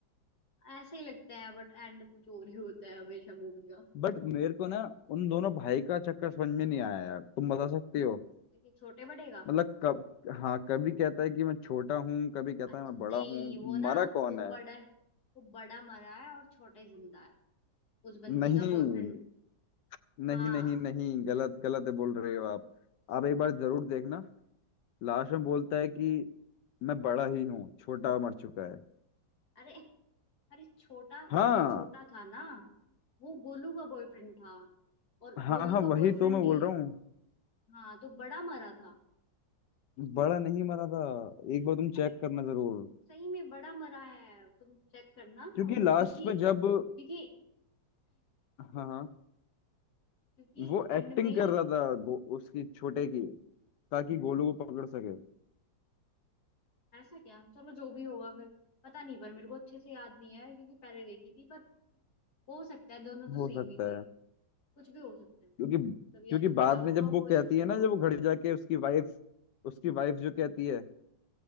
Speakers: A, on the left (about 55°); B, on the left (about 70°).
A: ऐसे ही लगता है बट एंड कुछ और ही होता है हमेशा मूवी का
B: बट मेरे को ना उन दोनों भाई का चक्कर समझ में नहीं आया यार तुम बता सकती हो
A: देखिए छोटे बड़े का
B: मतलब कब हाँ कभी कहता है कि मैं छोटा हूँ कभी कहता
A: अच्छा
B: है मैं
A: नहीं
B: बड़ा हूँ
A: वो ना
B: मारा कौन
A: वो
B: है
A: बड़ा है वो बड़ा मरा है और छोटा ही जिंदा है उस बंदी
B: नहीं
A: का बॉयफ्रेंड
B: नहीं
A: हाँ
B: नहीं नहीं गलत गलत है, बोल रहे हो आप आप एक बार जरूर देखना लास्ट में बोलता है कि मैं बड़ा ही हूँ छोटा मर चुका है
A: अरे अरे छोटा
B: हाँ
A: जो छोटा था ना वो गोलू का बॉयफ्रेंड था और गोलू
B: हाँ हाँ
A: का
B: वही
A: बॉयफ्रेंड
B: तो मैं बोल
A: ही
B: रहा हूँ
A: हाँ तो बड़ा मरा था
B: बड़ा नहीं मरा था एक बार तुम
A: अरे
B: चेक करना जरूर
A: सही में बड़ा मरा है तुम चेक करना
B: क्योंकि
A: वो
B: लास्ट
A: क्योंकि
B: में जब
A: क्योंकि
B: हाँ हाँ
A: क्योंकि
B: वो
A: एंड
B: एक्टिंग
A: में
B: कर रहा था गो, उसकी छोटे की ताकि गोलू को पकड़ सके
A: ऐसा क्या चलो जो भी होगा फिर पता नहीं पर मेरे को अच्छे से याद नहीं है क्योंकि पहले देखी थी पर हो सकता है दोनों तो
B: हो
A: सेम
B: सकता
A: ही थे
B: है
A: कुछ भी हो सकता है मतलब
B: क्योंकि
A: या
B: क्योंकि
A: तो
B: बाद
A: बड़ा होगा
B: में जब
A: वो
B: वो
A: या
B: कहती
A: छोटा
B: है ना
A: होगा
B: जब वो घर
A: वो
B: जाके उसकी वाइफ उसकी वाइफ जो कहती है